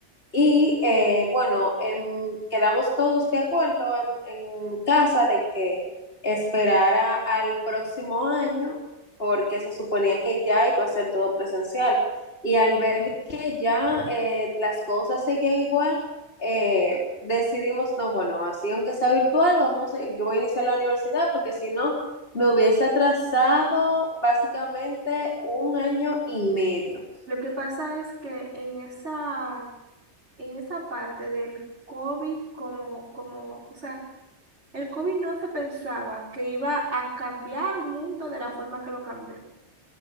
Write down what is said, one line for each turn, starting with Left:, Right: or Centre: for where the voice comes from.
Left: Y eh, bueno, em, quedamos todos de acuerdo en, en casa de que esperara al próximo año porque se suponía que ya iba a ser todo presencial. Y al ver que ya eh, las cosas seguían igual, eh, decidimos, no, bueno, así aunque sea virtual, vamos a- yo voy a iniciar la universidad porque si no, me hubiese atrasado básicamente un año y medio.
Right: Lo que pasa es que en esa, en esa parte del COVID, como, como, o sea, el COVID no se pensaba que iba a cambiar un mundo de la forma que lo cambió.